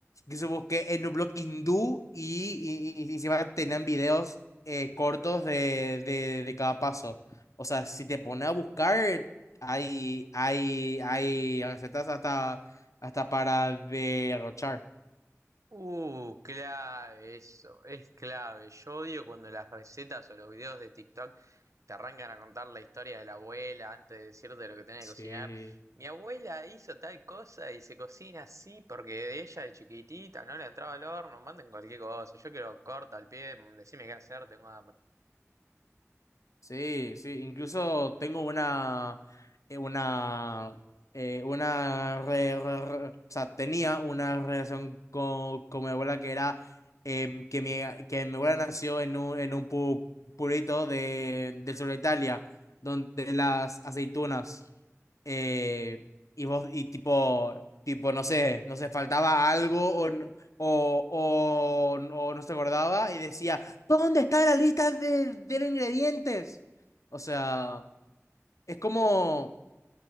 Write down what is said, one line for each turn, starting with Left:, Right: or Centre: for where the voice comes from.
Left: que supongo que en un blog hindú y, y, y encima tenían videos eh, cortos de, de, de cada paso. O sea, si te pones a buscar, hay, hay, hay recetas hasta, hasta para derrochar.
Right: Uh, clave, eso es clave. Yo odio cuando las recetas o los videos de TikTok te arrancan a contar la historia de la abuela antes de decirte lo que tenés
Left: Sí.
Right: que cocinar. Mi abuela hizo tal cosa y se cocina así porque de ella de chiquitita no le entraba al horno, manden cualquier cosa. Yo quiero corta al pie, decime qué hacer, tengo hambre.
Left: Sí, sí, incluso tengo una, eh, una, eh, una, re- re- re- o sea, tenía una relación con, con mi abuela que era em, que, mi, que mi abuela nació en un, en un pu- pueblito de, del sur de Italia, donde las aceitunas, eh, y vos, y tipo, tipo, no sé, no sé, faltaba algo o, n- o, o, o no se acordaba y decía ¿Dónde está la lista de, de los ingredientes? O sea, es como